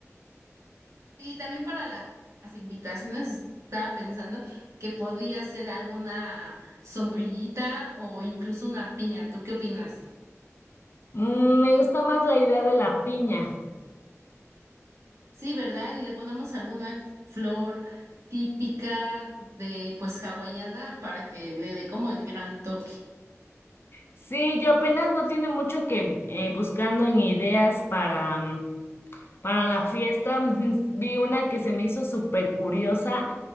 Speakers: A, on the right; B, on the left.
A: Sí, también para la- las invitaciones estaba pensando que podía ser alguna sombrillita o incluso una piña. ¿Tú qué opinas?
B: Mm, me gusta más la idea de la piña.
A: Sí, ¿verdad? Y le ponemos alguna flor típica de pues hawaiana para que le dé como el gran toque.
B: Sí, yo apenas no tiene mucho que eh, buscando en ideas para, mm, para la fiesta. <laughs> Vi una que se me hizo súper curiosa,